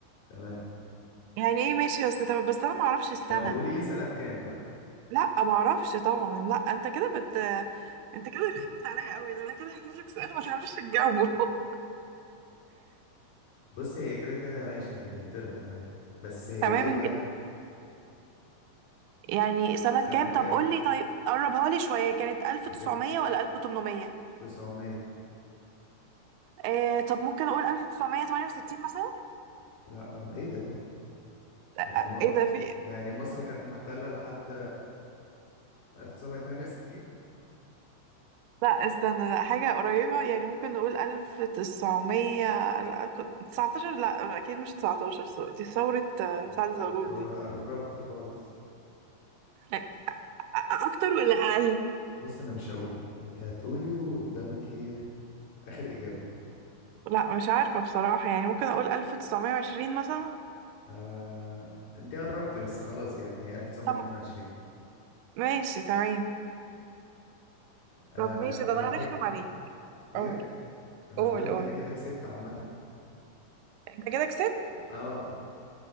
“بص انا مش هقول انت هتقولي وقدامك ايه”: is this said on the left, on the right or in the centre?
Left